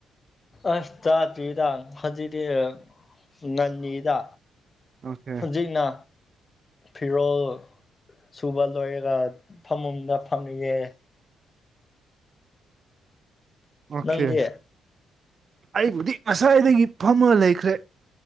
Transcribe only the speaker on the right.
ꯑꯣꯀꯦ
ꯑꯣꯀꯦ
ꯑꯩꯕꯨꯗꯤ ꯉꯁꯥꯏꯗꯒꯤ ꯐꯝꯃ ꯂꯩꯈ꯭ꯔꯦ